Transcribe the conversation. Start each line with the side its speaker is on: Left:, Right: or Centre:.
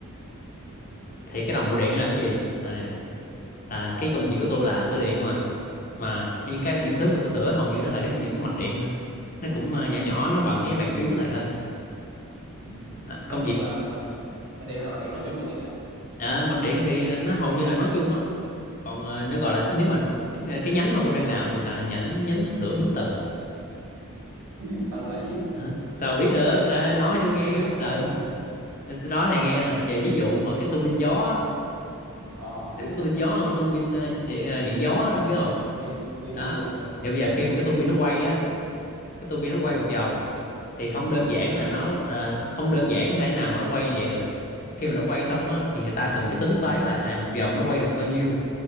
Right: Ừ.
Left: thì cái đồng hồ điện
Right: đồ
Left: nó làm
Right: điện
Left: cái gì là, là
Right: sao
Left: cái công việc của tôi là sửa điện mà mà những cái những thứ mà tôi sửa hầu như nó là cái những cái mạch điện thôi nó cũng ờ, nhỏ nhỏ nó bằng cái bàn phím của thầy thôi
Right: Ừ.
Left: à,
Right: mạch
Left: công
Right: điện
Left: việc
Right: là mình mạch điện là mạch điện nói chung luôn hay sao
Left: à, mạch điện thì ờ, nó hầu như là nói chung á còn ờ, nó gọi là nếu mà ờ, cái nhánh mà tôi đang làm thì là nhánh nhánh sữa biến tần
Right: biến tần là gì
Left: Hả? sao biết được đã nói cho nghe
Right: <laughs>
Left: cái biến tần Để tôi nói thầy nghe là về ví dụ mà cái tua bin gió á,
Right: ờ
Left: thì cái tua bin gió là cái tua bin ờ, điện, ờ, điện gió á, biết không
Right: bi bi
Left: đó
Right: bi bi được biết luôn
Left: thì bây giờ khi mà cái tua bin nó quay á cái tua bin nó quay một vòng thì không
Right: ừ
Left: đơn giản là nó là không đơn giản thế nào mà nó quay như vậy được khi mà nó quay xong á thì người ta cần phải tính toán là à một vòng nó quay được bao nhiêu